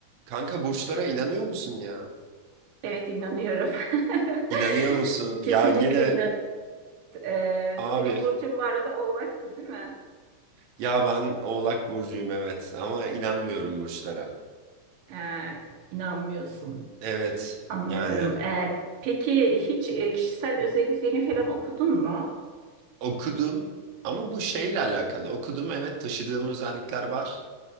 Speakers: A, on the right; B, on the right.
A: Kanka burçlara inanıyor musun ya?
B: Evet inanıyorum.
A: İnanıyor
B: <laughs>
A: musun?
B: Kesinlikle
A: Ya yine
B: inan. Ee,
A: abi
B: senin burcun bu arada Oğlak'tı değil mi?
A: ya ben Oğlak burcuyum evet ama inanmıyorum burçlara.
B: Ee, inanmıyorsun.
A: Evet
B: Anlıyorum.
A: yani
B: Ee, peki hiç e, kişisel özelliklerini falan okudun mu?
A: okudum ama bu şeyle alakalı okudum evet taşıdığım özellikler var.